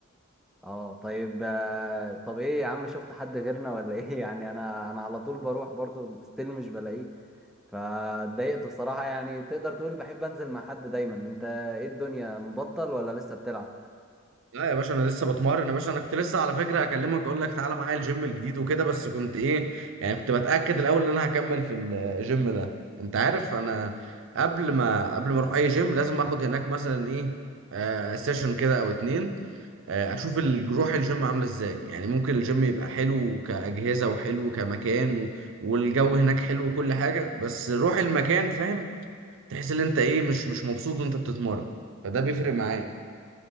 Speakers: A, in the centre; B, on the right (about 65°).
A: اه طيب آه، طب ايه يا عم شفت حد غيرنا ولا ايه <laughs> يعني انا انا على طول بروح برضو ستيل مش بلاقيه فاتضايقت بصراحة يعني تقدر تقول بحب انزل مع حد دايما انت ايه الدنيا مبطل ولا لسه بتلعب
B: لا يا باشا انا لسه بتمرن يا باشا انا كنت لسه على فكره اكلمك اقول لك تعالى معايا الجيم الجديد وكده بس كنت ايه يعني كنت بتاكد الاول ان انا هكمل في الجيم ده انت عارف انا قبل ما قبل ما اروح اي جيم لازم اخد هناك مثلا ايه آه سيشن كده او اتنين آه اشوف ال- روح الجيم عامله ازاي يعني ممكن الجيم يبقى حلو كاجهزه وحلو كمكان و... والجو هناك حلو وكل حاجه بس روح المكان فاهم تحس ان انت ايه مش مش مبسوط وانت بتتمرن فده بيفرق معايا